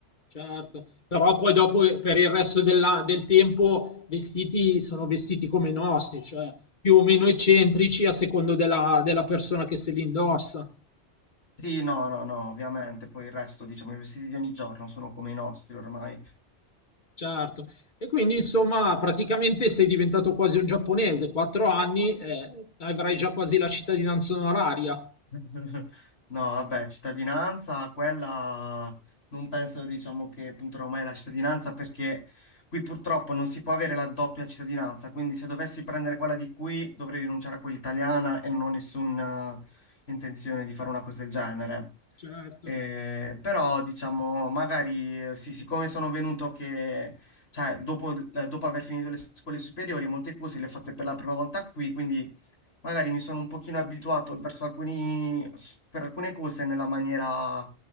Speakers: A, on the left; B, on the left.
A: certo. Però poi dopo eh, per il resto della- del tempo vestiti sono vestiti come i nostri, cioè più o meno eccentrici a secondo della, della persona che se li indossa.
B: Sì, no, no, no, ovviamente, poi il resto, diciamo, i vestiti di ogni giorno sono come i nostri ormai.
A: Certo. E quindi insomma praticamente sei diventato quasi un giapponese, quattro anni e avrai già quasi la cittadinanza onoraria.
B: <laughs> No, vabbè, cittadinanza, quella non penso, diciamo, che punterò mai la cittadinanza perché qui purtroppo non si può avere la doppia cittadinanza, quindi se dovessi prendere quella di qui dovrei rinunciare a quella italiana e non ho nessuna intenzione di fare una cosa del genere.
A: Certo.
B: Eh, però, diciamo, magari eh, sì, siccome sono venuto che, cioè, dopo, eh, dopo aver finito le scuole superiori, molte cose le ho fatte per la prima volta qui, quindi magari mi sono un pochino abituato verso alcuni, s- per alcune cose nella maniera